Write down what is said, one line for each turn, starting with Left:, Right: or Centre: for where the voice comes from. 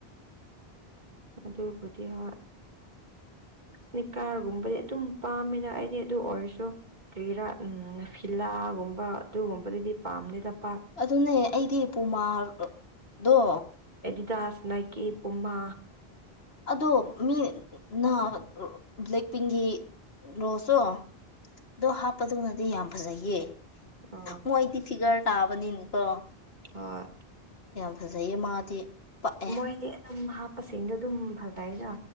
Right: ꯑꯗꯨꯕꯨꯗꯤ ꯍ ꯏꯁꯅꯤꯀꯥꯔꯒꯨꯝꯕꯗꯤ ꯑꯗꯨꯝ ꯄꯥꯝꯃꯦꯗ ꯑꯩꯗꯤ ꯑꯗꯨ ꯑꯣꯏꯔꯁꯨ ꯀꯔꯥꫪ ꯎ ꯐꯤꯂꯥꯒꯨꯝꯕ ꯑꯗꯨꯒꯨꯝꯕꯗꯗꯤ ꯄꯥꯝꯗ‌ꯦꯗ ꯄꯥꯛ
Left: ꯑꯗꯨꯅꯦ ꯑꯩꯗꯤ ꯄꯨꯃꯥꯔꯗꯣ
Right: ꯑꯦꯗꯤꯗꯥꯁ ꯅꯥꯏꯀꯤ ꯄꯨꯃꯥ
Left: ꯑꯗꯣ ꯃꯤꯅ ꯕ꯭ꯂꯦꯛ ꯄꯤꯡꯒꯤ ꯂꯣꯁꯇꫭ ꯑꯣꯗꫭ ꯍꯥꯞꯄꯗꯨꯅꯗꯤ ꯌꯥꯝ ꯐꯖꯩꯌꯦ
Right: ꯑ
Left: ꯃꯣꯏꯗꯤ ꯐꯤꯒꯔ ꯇꯥꯕꯅꯤꯅꯀꯣ
Right: ꯍꯣꯏ
Left: ꯌꯥꯝ ꯐꯖꯩꯌꯦ ꯃꯥꯗꯤ ꯄꯛꯑꯦ
Right: ꯃꯣꯏꯗꯤ ꯑꯗꯨꯝ ꯍꯥꯞꯄꯁꯤꯡꯗꯣ ꯑꯗꯨꯝ ꯐꯖꯩꯗ